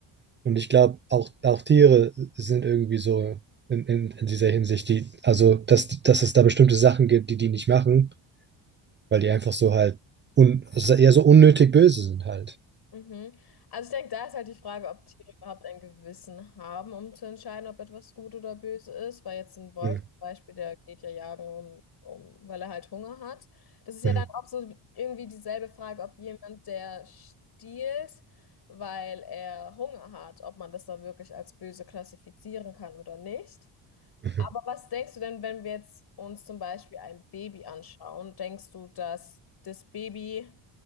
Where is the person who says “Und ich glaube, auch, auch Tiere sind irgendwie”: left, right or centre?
Right